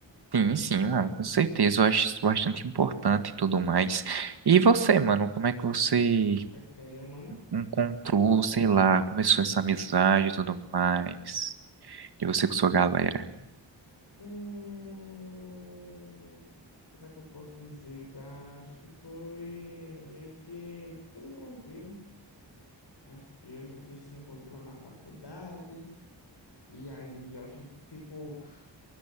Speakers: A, on the right; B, on the left.
A: Sim, sim,
B: Eu
A: mano,
B: acho.
A: com certeza. Eu acho isso bastante importante e tudo mais. E você, mano, como é que você
B: É que tem, eu, mano.
A: encontrou, sei lá, começou essa amizade e tudo mais? E você com sua galera?
B: Hum, como é que eu posso dizer, cara? Acho que foi meio que tudo tranquilo. Acho que a gente se encontrou na faculdade. E aí a gente, tipo,